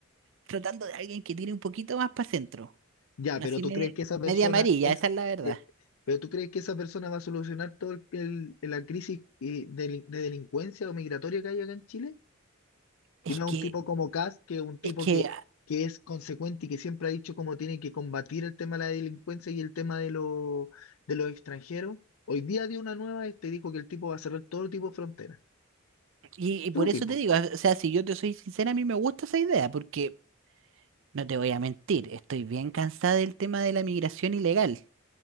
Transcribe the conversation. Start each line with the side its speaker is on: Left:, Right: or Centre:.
Right: tratando de alguien que tiene un poquito más para centro.
Left: Ya,
Right: Así
Left: pero tú
Right: media,
Left: crees que esa persona
Right: media amarilla,
Left: es,
Right: esa es la verdad.
Left: eh, pero tú crees que esa persona va a solucionar todo el, el- la crisis eh, de, de delincuencia o migratoria que hay acá en Chile,
Right: Es
Left: y no
Right: que,
Left: un tipo como Kast, que es un tipo
Right: es que,
Left: que,
Right: ah,
Left: que es consecuente y que siempre ha dicho cómo tiene que combatir el tema de la delincuencia y el tema de, lo- de los extranjeros. Hoy día dio una nueva, este dijo que el tipo va a cerrar todo tipo de fronteras,
Right: y, y
Left: todo
Right: por
Left: tipo.
Right: eso te digo, o sea, si yo te soy sincera, a mí me gusta esa idea, porque No te voy a mentir, estoy bien cansada del tema de la migración ilegal,